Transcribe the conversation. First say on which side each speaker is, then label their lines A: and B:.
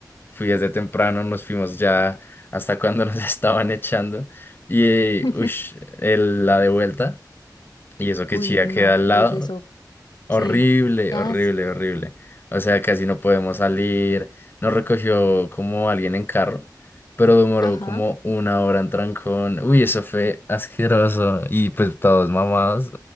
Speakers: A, on the left; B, on the left.
A: fui desde temprano, nos fuimos ya hasta cuando nos <laughs> estaban echando. Y,
B: <laughs>
A: uy, la de vuelta. Y eso que
B: uy,
A: Chía
B: no,
A: queda al
B: desde
A: lado. Horrible,
B: Sí. Ah,
A: horrible,
B: sí.
A: horrible. O sea, casi no podemos salir. Nos recogió como alguien en carro, pero demoró
B: Ajá.
A: como una hora en trancón. Uy, eso fue asqueroso. Y pues todos mamados.